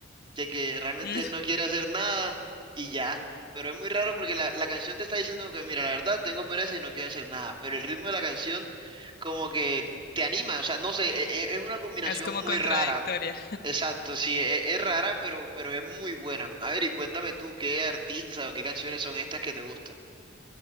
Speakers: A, on the right; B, on the left.
A: de que realmente
B: Mm,
A: él no quiere hacer nada y ya. Pero es muy raro porque la, la canción te está diciendo que, mira, la verdad, tengo pereza y no quiero hacer nada. Pero el ritmo de la canción como que te anima, o sea, no sé, e- e- es una combinación
B: Es como
A: muy
B: contradictoria.
A: rara. Exacto, sí, e- es, rara, pero, pero es muy buena. A ver, y cuéntame tú, ¿qué artista o qué canciones son estas que te gustan?